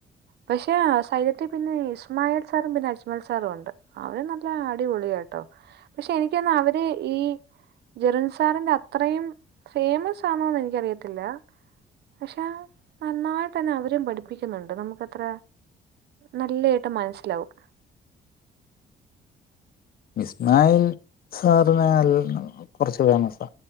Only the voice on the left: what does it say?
ഇസ്മായിൽ സാറിനെ <unintelligible> കൊറച്ച് ഫേമസാ